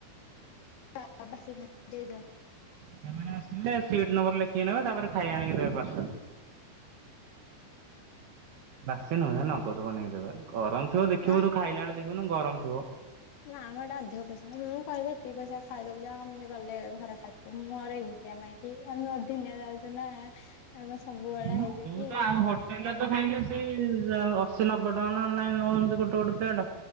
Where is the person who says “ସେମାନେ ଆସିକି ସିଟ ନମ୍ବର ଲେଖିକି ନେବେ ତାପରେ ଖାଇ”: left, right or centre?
Right